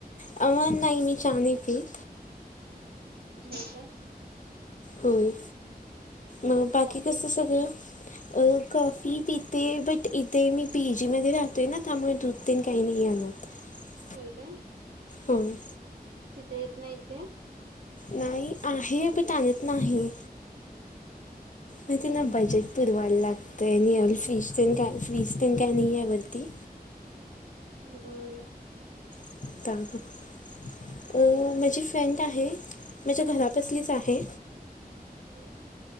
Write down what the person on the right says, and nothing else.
होय काय?
कॉफी
होय काय?
तिथं येत नाहीत काय?
बरं
बर.
हं.